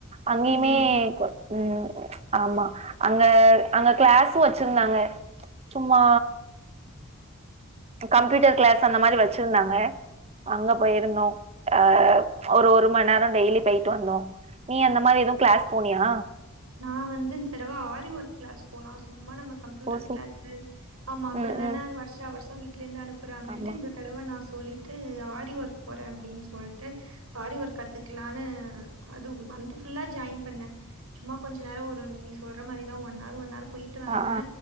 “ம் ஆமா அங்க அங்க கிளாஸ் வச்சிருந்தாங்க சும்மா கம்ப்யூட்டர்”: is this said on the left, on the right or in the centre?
Right